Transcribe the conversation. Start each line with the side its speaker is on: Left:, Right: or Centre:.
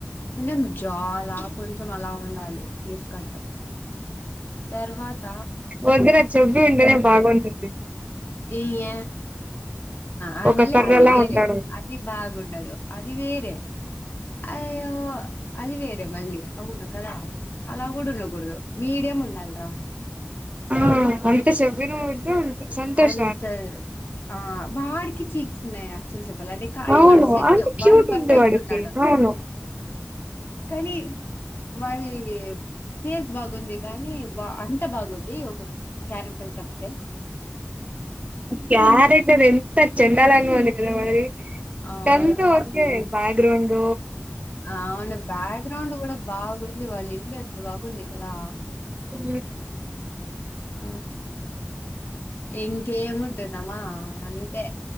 Left: కొంచం చాలా కొంచెం అలా ఉండాలి ఫేస్ కట్ తర్వాత
Right: ఒదుర చబ్బి ఉంటనే బాగుంటది
Left: ఇయ ఆ
Right: ఒక
Left: మళ్ళీ
Right: కర్రలా
Left: అది వేరే
Right: ఉంటాడు
Left: అది బాగుండదు అది అది వేర అయ్యో అదివేరే మలి అవును కదా అలా కూడా ఉండకూడదు మీడియం ఉండాలరా
Right: ఆ అంత చెవ్విన వద్దు అంత సంతోష
Left: అంతే ఆ వాడికి చీజ్స్ ఉన్నాయా చూ చెప్పాలంటే కానీ
Right: అవును
Left: వాడు సెట్
Right: అంటే క్యూట్
Left: వాడు పర్ఫెక్ట్
Right: ఉంది వాడికి
Left: ఉన్నాడు
Right: అవును
Left: కానీ వాడి ఫెస్ బాగుంది కానీ బా అంత బాగుంది ఒక క్యారెక్టర్ తప్పే
Right: క్యా రెక్టర్ ఎంత చెండాలంగా ఉంది కదా మరి
Left: అవును
Right: అంత ఒకె బ్యాక్ గ్రౌండ్
Left: అవును బ్యాక్గ్రౌండ్ కూడా బాగుంది వాళ్ళ ఇల్లు ఎంత బాగుంది లా
Right: ఉ
Left: ఆ ఇంకేముంటుందమా అంతే